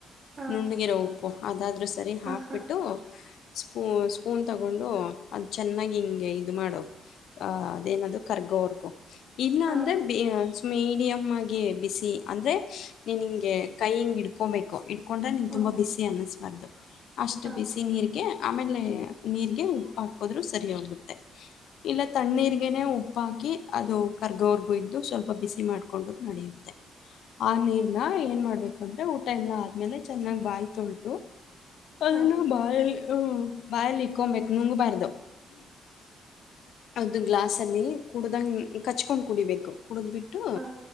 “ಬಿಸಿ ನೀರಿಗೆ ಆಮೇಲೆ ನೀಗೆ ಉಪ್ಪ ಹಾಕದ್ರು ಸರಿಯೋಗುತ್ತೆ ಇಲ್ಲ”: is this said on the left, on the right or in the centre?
Left